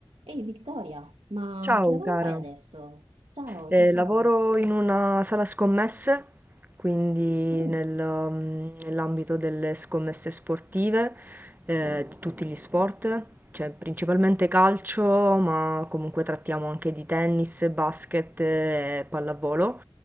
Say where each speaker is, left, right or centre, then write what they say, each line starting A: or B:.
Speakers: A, on the right; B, on the right.
A: Ehi Vittoria, ma
B: Ciao
A: che lavoro
B: cara,
A: fai adesso? Ciao,
B: Eh,
A: ciao, ciao.
B: lavoro in una sala scommesse, quindi
A: Mm,
B: nel, um, nell'ambito delle scommesse sportive, eh, di tutti gli sport, cioè principalmente calcio, ma comunque trattiamo anche di tennis, basket, eh, pallavolo